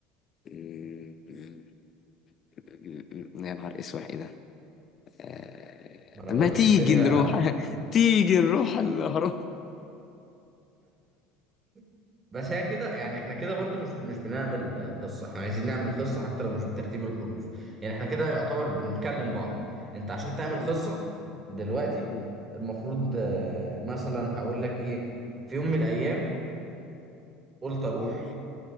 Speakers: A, on the left; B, on the right.
A: <laughs> م- م- م- يا نهار اسود ايه ده آه،
B: ما انا
A: ما
B: بقول
A: تيجي
B: لك الدنيا
A: نروح <laughs> تيجي نروح الاهرام
B: <laughs> بس هي كده يعني احنا كده برضو مش مش بنعمل آه، قصة احنا عايزين نعمل قصة حتى لو مش بترتيب الحروف يعني احنا كده يعتبر بنكلم بعض انت عشان تعمل
A: م-
B: قصة دلوقتي
A: م-
B: المفروض آه، مثلا هقول لك ايه في يوم من الايام قلت اروح
A: م-